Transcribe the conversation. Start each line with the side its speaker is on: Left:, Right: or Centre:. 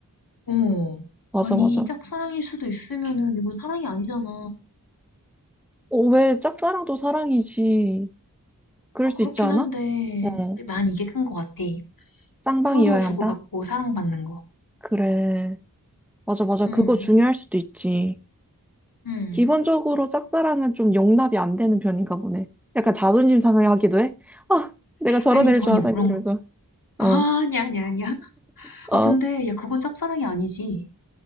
Left: 어.
Centre: 맞아,
Left: 아니
Centre: 맞아.
Left: 짝사랑일 수도 있으면은 이건 사랑이 아니잖아.
Centre: 어, 왜 짝사랑도 사랑이지? 그럴
Left: 아
Centre: 수
Left: 그렇긴
Centre: 있지 않아?
Left: 한데
Centre: 어,
Left: 난 이게 큰 것 같아.
Centre: 쌍방이어야
Left: 서로 주고받고
Centre: 한다?
Left: 사랑받는 거.
Centre: 그래. 맞아, 맞아.
Left: 응.
Centre: 그거 중요할 수도 있지.
Left: 응.
Centre: 기본적으로 짝사랑은 좀 용납이 안 되는 편인가 보네. 약간 자존심 상하게 하기도 해? 아, 내가 저런
Left: 아니
Centre: 애를
Left: 전혀
Centre: 좋아하다니,
Left: 그런
Centre: 이러면서.
Left: 거.
Centre: 어,
Left: 아, 아니야 아니야 아니야.
Centre: 어.
Left: 아 근데 야 그건 짝사랑이 아니지.